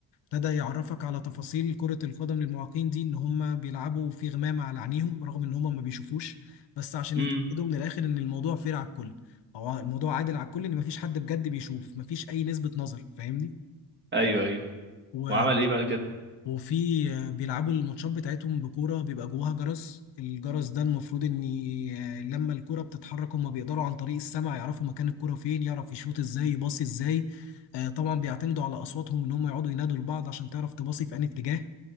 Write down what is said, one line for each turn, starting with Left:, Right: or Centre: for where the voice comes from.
Left: ابتدى يعرفك على تفاصيل كرة القدم للمعاقين دي ان هم بيلعبوا في غمامة على عينيهم رغم ان هم ما بيشوفوش بس عشان
Right: امم
Left: يتأكدوا من الاخر ان الموضوع فير على الكل او الموضوع عادل على الكل ان ما فيش حد بجد بيشوف ما فيش اي نسبة نظر فاهمني
Right: ايوه ايوه
Left: و...
Right: وعمل ايه بعد كده
Left: وفي آه، بيلعبوا الماتشات بتاعتهم بكورة بيبقى جواها جرس الجرس ده المفروض ان آه، لما الكرة بتتحرك هم بيقدروا عن طريق السمع يعرفوا مكان الكرة فين يعرف يشوط ازاي يباصي ازاي آه، طبعا بيعتمدوا على اصواتهم ان هم يقعدوا ينادوا لبعض عشان تعرف تباصي في انهي اتجاه